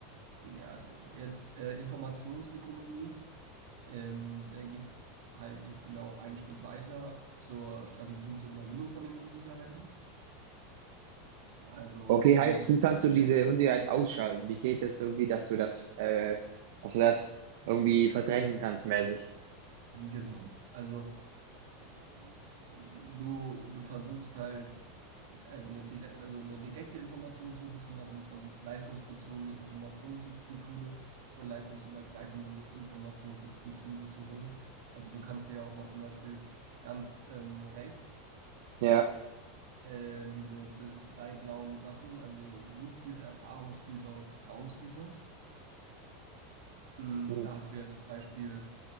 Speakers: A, on the right; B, on the right.
A: ja, genau. Jetzt äh, Informationsökonomie. Ähm, da geht es halt jetzt genau einen Schritt weiter zur Strategien zur Überwindung von den Unsicherheiten. Also
B: Okay,
A: eben
B: heißt,
A: mal
B: wie kannst
A: beschäftigen.
B: du diese Unsicherheiten ausschalten? Wie geht es irgendwie, dass du das, äh, dass du das irgendwie verdrängen kannst, mäßig?
A: Genau. Also äh, du, du versuchst halt äh, eine, dire- also eine direkte Informationssuche zu machen, du versuchst leistungsbezogene Informationssubstitute und leistungsübergreifende Su- Informationssubstitute zu holen. Also du kannst dir ja auch mal zum Beispiel ganz ähm, rechts
B: Ja.
A: äh, diese bl- drei blauen Sachen, also Suchgüter, Erfahrungsgüter und Vertrauensgüter. Mm,
B: Hm.
A: Da hast du ja das Beispiel